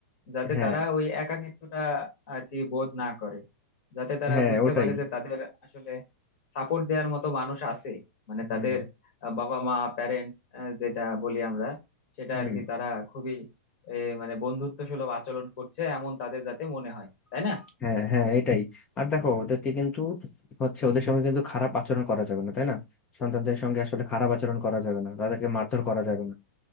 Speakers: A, on the left (about 45°); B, on the left (about 15°).
A: যাতে
B: হ্যাঁ
A: তারা ওই একাকিত্বটা আর কি বোধ না করে যাতে তারা
B: হ্যাঁ
A: বুঝতে
B: ওটাই
A: পারে যে তাদের আসলে সাপোর্ট দেওয়ার মতো মানুষ আছে মানে
B: হুম
A: তাদের আহ, বাবা মা প্যারেন্টস যেটা বলি আমরা সেটা
B: হুম
A: আর কি তারা খুবই এ, মানে বন্ধুত্ব সুলভ আচরণ করছে এমন তাদের যাতে মনে হয় তাই না
B: হ্যাঁ হ্যাঁ এটাই আর দেখো ওদেরকে কিন্তু হচ্ছে ওদের সঙ্গে কিন্তু খারাপ আচরণ করা যাবে না তাই না সন্তানদের সঙ্গে আসলে খারাপ আচরণ করা যাবে না তাদেরকে মারধর করা যাবে না